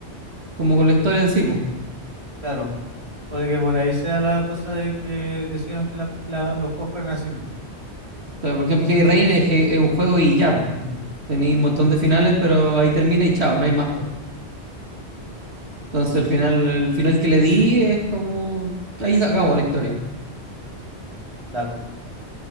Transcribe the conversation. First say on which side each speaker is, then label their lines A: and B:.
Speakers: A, on the right; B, on the right.
A: como con la historia en sí, pues.
B: Claro, puede que por ahí sea la cosa de que decidieron que la- la- los juegos fueran así, ¿no?
A: O sea, por ejemplo, Heavy Rain es, es un juego y ya, pues. Tenéis un montón
B: Ya,
A: de finales, pero ahí termina y chao, no hay más, pues. Entonces el final, el final que le di es como, ahí se acabó la historia.
B: Claro,